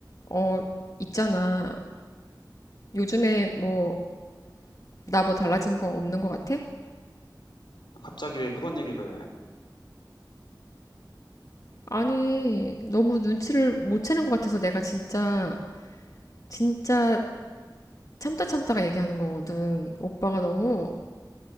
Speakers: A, on the left; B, on the left.
A: 어, 있잖아. 요즘에 뭐, 나 뭐 달라진 거 없는 거 같아?
B: 갑자기 왜 그런 얘기를 해?
A: 아니, 너무 눈치를 못 채는 것 같아서 내가 진짜, 진짜 참다 참다가 얘기하는 거거든. 오빠가 너무,